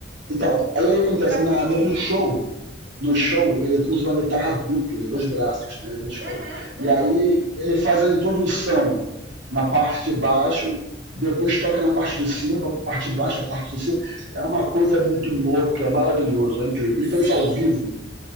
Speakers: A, on the right; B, on the right.
A: Então, aí, aí acontece,
B: já
A: na,
B: vi.
A: no, no show, no show ele usa uma guitarra dupla, de dois braços, né, dois cordas.
B: Uhum,
A: E
B: uhum.
A: aí ele faz a introdução na parte de baixo, depois toca na parte de cima, a parte de baixo, a parte de cima. É uma coisa muito louca, é maravilhoso, é incrível. Ele faz
B: Sim,
A: isso ao vivo,